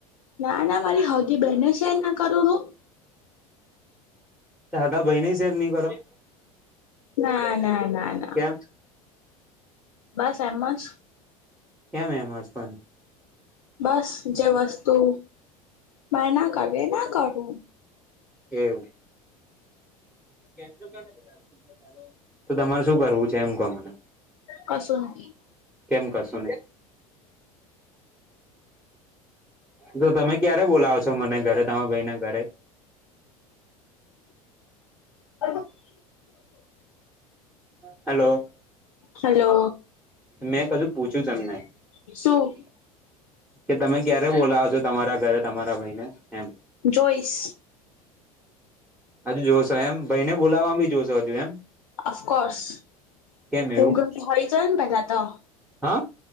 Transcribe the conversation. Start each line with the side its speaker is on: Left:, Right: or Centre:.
Left: ના ના મારી હગી બેને શેર ના કરુને હું.
Centre: હગા ભાઈને શેર નહી કરો?
Left: ના ના ના ના
Centre: કેમ
Left: બસ એમજ.
Centre: કેમ એમજ પણ?
Left: બસ જે વસ્તુ મને ના ગમે એ ના કરું.
Centre: એવું? તારે તો તમારે શું કરવું છે? તેમ કહો મને.
Left: કશું નહી
Centre: કેમ કશું નહીં? તો તમે ક્યારે બોલાવ છો મને ઘરે તમારા ભાઈને ઘરે?
Left: <unintelligible>
Centre: હલો.
Left: હલો
Centre: મેં કજું પૂછ્યું તમને?
Left: સુું?
Centre: કે તમે ક્યારે બોલાવ છો તમારા ઘરે તમારા ભાઈ ને એમ?
Left: જોઈસ.
Centre: હજુ જોશો એમ ભાઈને બોલાવાવામાં ભી જોશો હજુ એમ.
Left: અફકોર્સ
Centre: કેમ એવું
Left: ઉગલ હોય જાય હો ને પેલા તો
Centre: હા